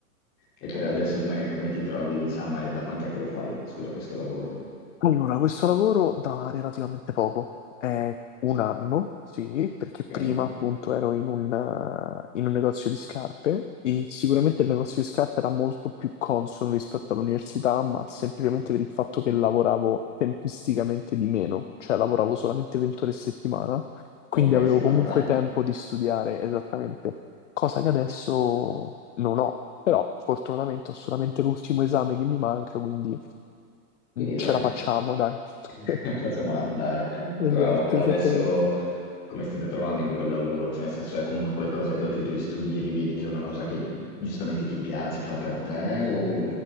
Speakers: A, on the left; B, on the left.
A: E per adesso come, come ti trovi, diciamo, e da quant'è che lo fai? Scusa, questo lavoro.
B: Allora, questo lavoro da relativamente poco, è un anno, sì, perché
A: Ok,
B: prima appunto ero in un, eh, in un negozio di scarpe e sicuramente il negozio di scarpe era molto più consono rispetto all'università, ma semplicemente
A: <laughs>
B: per il fatto che lavoravo tempisticamente di meno, cioè lavoravo solamente 20 ore a settimana, quindi
A: ok,
B: avevo
A: sei part-time.
B: comunque tempo di studiare esattamente, cosa che adesso non ho, però fortunatamente ho solamente l'ultimo esame che mi manca, quindi
A: Quindi dai,
B: ce la facciamo, dai.
A: <laughs>
B: <laughs>
A: facciamola andare.
B: Esatto,
A: Però per
B: esattamente.
A: adesso come state trovando in quel lavoro? Cioè, nel senso, è comunque qualcosa che dopo i tuoi studi rivedi che è una cosa che giustamente ti piace, fa per te o